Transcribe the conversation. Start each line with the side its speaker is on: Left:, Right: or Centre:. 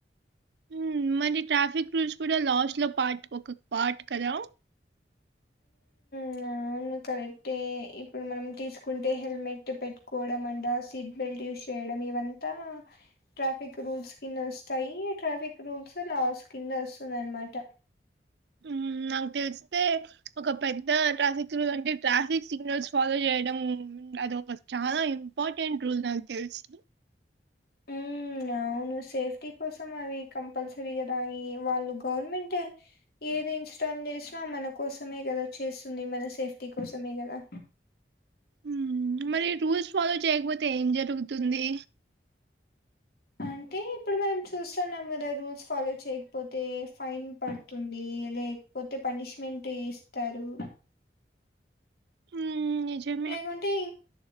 Right: మ్ మరి ట్రాఫిక్ రూల్స్ కూడా లాస్ట్ లో పాట్ ఒక పార్ట్ కదా
Left: మ్న అవును కరెక్టే ఇప్పుడు మనం తీసుకుంటే హెల్మెట్ పెట్టుకోవడం అంట సీట్ బెల్ట్ యుస్ చేయడం ఇవంతా ట్రాఫిక్ రూల్స్ కింద వస్తాయి. ట్రాఫిక్ రూల్స్ లాస్ కింద వస్తదన్నమాట
Right: మ్ నాకు తెలిస్తే ఒక పెద్ద ట్రాఫిక్ రూల్ అంటే ట్రాఫిక్ సిగ్నల్స్ ఫాలో చేయ డం అది ఒక చాలా ఇంపార్టెంట్ రూల్ నాకు తెలుసు.
Left: మ్ ఉనవును సేఫ్టీ కోసం అవి కంపల్సరీ కదా ఈ వాళ్ళు గవర్నమెంట్ ఇ ఏది ఇన్స్టాల్ చేస్ అ మన కోసమే కదా చేస్తుంది మన సేఫ్టీ కోసమే కదా
Right: మ్ మరి రూల్స్ ఫాలో చేయకపోతే ఏం జరుగుతుంది?
Left: అ అయితే ఇప్పుడు మనం చూస్తున్నాం కదా రూల్స్ ఫాలో చేయకపోతే ఫైన్ పడుతుంది లే పోతే పనిష్మెంట్ ఏస్తారు
Right: హ్మ్. నిజమే.
Left: లేకుంటే